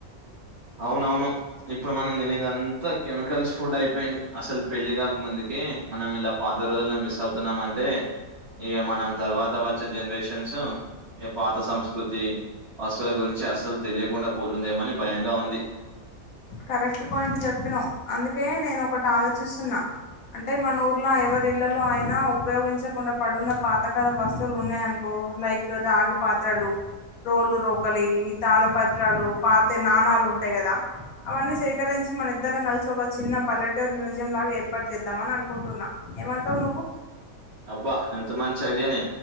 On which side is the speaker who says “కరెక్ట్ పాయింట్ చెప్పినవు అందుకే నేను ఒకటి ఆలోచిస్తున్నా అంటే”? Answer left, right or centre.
Left